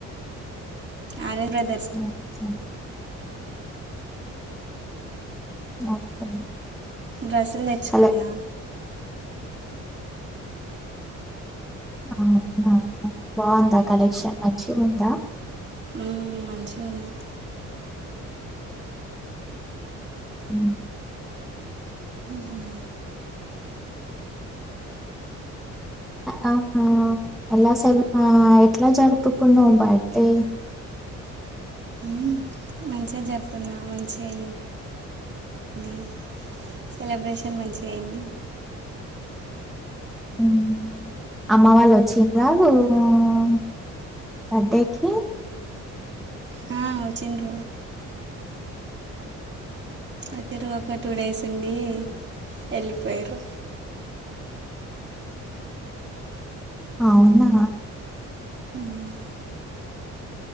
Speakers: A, on the right (about 35°); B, in the centre.
A: ఆర్ఎస్ బ్రదర్స్
B: ఓకే ఓకే
A: డ్రస్సులు తెచ్చుకున్న
B: కలె అవునా బాగుందా కలెక్షన్ మంచిగ్ ఉందా
A: ఉమ్ మంచిగ్ ఉంది
B: హ్
A: ఉహు
B: అవునా ఎలా స ఆ ఎట్లా జరుపుకున్నావు బర్త్డే
A: ఉమ్ మంచిగా జరుపుకున్న మంచిగా అయింది సెలబ్రేషన్ మంచి ఏంది
B: ఉ అమ్మ వాళ్ళు వచ్చి రావా హ్ బర్త్డేకి
A: హ్ వచ్చిండ్రూ అయితే రోక్ ఒక టూ డేస్ ఉండి వెళ్ళిపోయారు
B: అవునా
A: ఉమ్